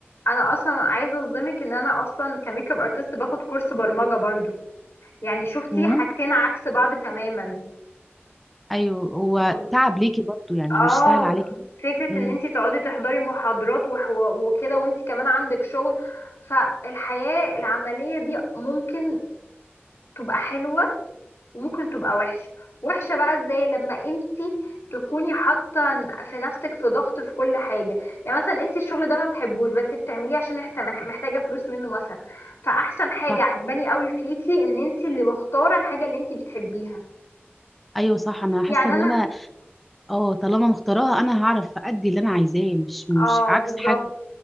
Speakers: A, on the left (about 80°); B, in the centre.
A: انا اصلا عايزة اصدمك ان انا اصلا كميك اب ارتست باخد كورس برمجة برضو يعني شفتي
B: امم
A: حاجتين عكس بعض تماما
B: ايوه هو
A: ب-
B: تعب ليكي برضو يعني
A: اه
B: مش سهل عليكي برضو
A: فكرة
B: امم
A: ان انتي تقعدي تحضري محاضرات وحو- وكده وانتي كمان عندك شغل فالحياة العملية دي ممكن تبقى حلوة وممكن تبقى وحشة وحشة بقى ازاي لما انتي تكوني حاطة في نفسك في ضغط في كل حاجة يعني مثلا انتي الشغل ده ما بتحبوش بس بتعمليه عشان إحت- محتاجة فلوس منه مثلا فاحسن حاجة
B: صح
A: عجباني قوي فيكي ان انتي اللي مختارة الحاجة اللي انتي بتحبيها
B: ايوه صح انا حاسه
A: يعني
B: ان
A: انا
B: انا اه طالما مختاراها انا هعرف ادي اللي انا عايزاه مش مش
A: اه
B: عكس
A: بالظبط
B: حاجه